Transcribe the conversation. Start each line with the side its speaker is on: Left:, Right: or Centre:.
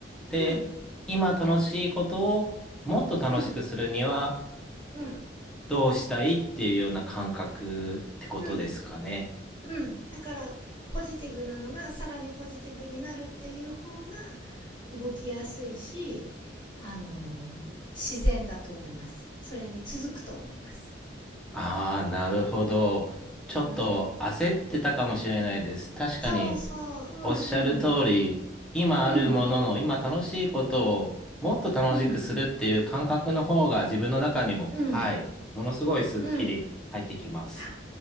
Centre: で、
Left: うん
Centre: 今楽しいことをもっと楽しくするには、
Left: うんうん
Centre: どうしたいっていうような感覚ってことですかね。
Left: うんうんだからポジティブなのがさらにポジティブになるっていう方が動きやすいしあの自然だと思いますそれに続くと思います
Centre: ああ、なるほど。ちょっと焦ってたかもしれないです。
Left: うん
Centre: 確かに、
Left: そうそううん
Centre: おっしゃる通り、今あるものの、
Left: うん
Centre: 今楽しいことをもっと楽しくするっていう感覚の方が自分の中にも、
Left: うんうんうん
Centre: はい、ものすごいスッキリ入ってきます。
Left: うんあ